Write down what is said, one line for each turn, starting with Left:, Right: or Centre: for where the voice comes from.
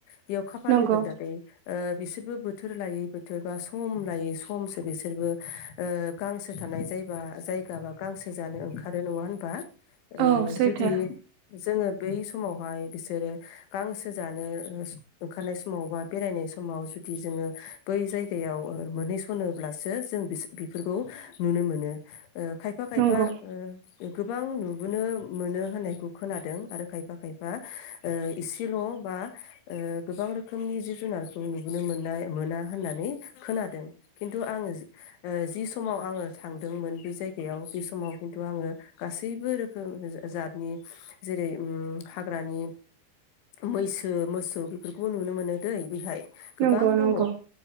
Left: बेयाव खाफालनि
Right: नंगौ
Left: खोन्था थायो ओ बिसोरबो बोथोर लायै बोथोर बा सम लायै समसो बिसोरबो ओ गांसो थानाय जायबा जायगा बा गांसो जानो ओंखा खारो नङा होनबा ओ
Right: औ सैथो
Left: जुदि जोङो बै समावहाय बिसोरो गांसो जानो ओंखारनाय समाव बा बेरायनाय समाव जुदि जोङो बै जायगायाव ओ मोनहैसनोब्लासो जों बिसो बेफोरखौ नुनो मोनो। खायफा खायफा
Right: नंगौ
Left: ओ गोबां नुबोनो मोनो होननायखौ खोनादों आरो खायफा खायफा ओ इसेल बा ओ गोबां रोखोमनि जिब जुनारखौ नुबोनो मोननाय मोना होननानै खोनादों खिन्थु आङो जि समाव आङो थांदोंमोन बे जायगायाव बे समाव खिन्थु आङो गासैबो रोखोम जा जातनि जेरै ओम हाग्रानि मैसो मोसौ बेफोरखौबो नुनो मोनो दै बेहाय गोबां
Right: नंगौ
Left: दङ
Right: नंगौ
Left: औ